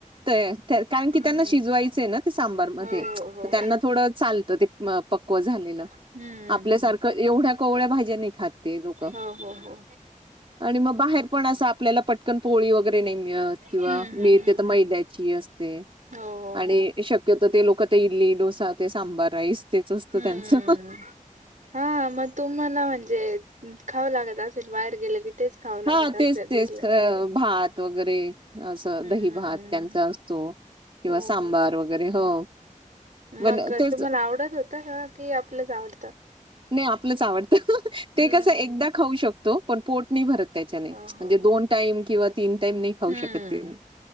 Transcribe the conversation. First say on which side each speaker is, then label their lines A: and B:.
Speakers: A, on the right; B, on the right.
A: ते कारण की
B: हम्म.
A: त्यांना शिजवायचंय ना ते सांबार मध्ये
B: हो हो
A: त त्यांना
B: हो
A: थोडं चालतं ते. म पक्व झालेलं
B: हम्म
A: आपल्यासारखं
B: हम्म हम्म.
A: एवढ्या कोवळ्या भाज्या नाही खात लोक.
B: हो हो हो.
A: आणि मग बाहेर पण असं आपल्याला पटकन पोळी वगैरे नाही मिळत
B: हम्म
A: किंवा मिळते
B: हम्म हम्म.
A: मैद्याची असते
B: हो हो
A: आणि
B: हो
A: श कि ते लोकं ते इडली डोसा, ते सांबार राईस तेच असतं
B: हम्म
A: त्यांचं.
B: हा, मग तुम्हाला म्हणजे खावं लागतं असेल बाहेर गेलं तेच. खावं लागत
A: हा
B: असेल
A: तेच- तेच
B: तिथल्या तिथे
A: भात वगैरे, असं
B: हम्म
A: दही-भात
B: हम्म हम्म.
A: त्यांचा असतो. किंवा
B: हो
A: सांबार
B: हो
A: वगैरे हो. पण
B: मग
A: तेच
B: तुम्हाला आवडत होत का, की आपलंच आवडतं?
A: नाही आपलंच आवडत, ते
B: हम्म
A: कसं एकदा खाऊ शक तो. पण पोट नाही भरत त्याच्याने
B: हो
A: म्हणजे
B: हो हो
A: दोन टाईम किंवा तीन टाईम नाही खाऊ
B: हम्म
A: शकत ते,